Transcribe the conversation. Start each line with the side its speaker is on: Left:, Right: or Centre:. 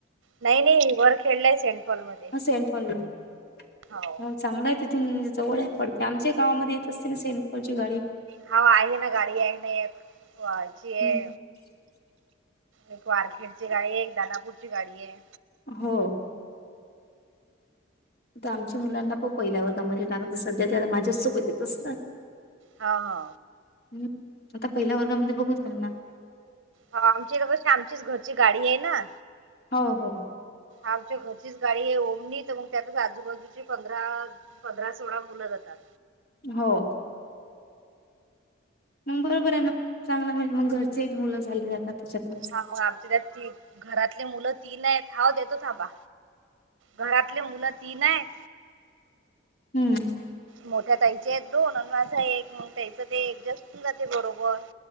Right: नाही नाही वर खेळलंय सेंटपॉल मध्ये.
Left: ह सेंट पॉल ला
Right: हो
Left: चांगला आहेत. तिथून जवळ पडते आमच्या गावामध्ये येत असते ना सेंटपॉल ची गाडी
Right: हा आहे ना गाडी आहे ना <unintelligible> आहे.
Left: हम्म
Right: एक वारखेड ची गाडी एक दानापूरची गाडी आहे.
Left: हो. तर आमच्या मुलांना पण पहिल्या वर्गामध्ये टाकत सध्या त्याला माझ्या सोबत येत असतात.
Right: हा हा.
Left: हम् आता पहिल्या वर्गामध्ये बघू त्यांना.
Right: हो आमची तर कशी आमचीच घरची गाडी आहे ना.
Left: हो.. हो..
Right: आमच्या घरचीच गाडी आहे ओमनी तर मग त्यातच आजूबाजूची पंधरा पंधरा, सोळा मुलं जातात.
Left: हो.. मग बरोबर आहे ना चांगला म्हणजे मग घरचे मुलं चालली जातात. त्याच्यातच
Right: हां मग आ त्या ती घरातले मुलं तीन आहेत हाव देतो थांबा. घरातले मुलं तीन आहेत.
Left: हम्म.
Right: मोठ्या ताईच्या आहेत दोन आणि माझा एक मग त्यायच ऍडजेस्ट होऊन जाते बरोबर.